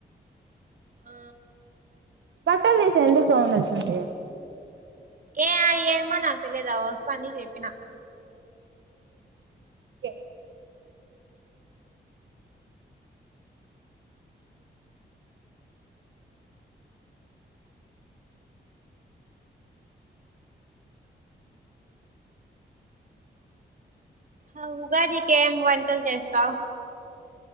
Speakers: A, on the right; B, on the right.
A: ఆ
B: బట్టలు తీస్తే ఎందుకు సౌండ్ వచ్చింది
A: ఏ ఎమ్మొ నాకు తెలిదు అది వస్తాంది నీకు చెప్పిన
B: ఓకే
A: అ ఉగాదికి ఏం వంటలు చేస్తావు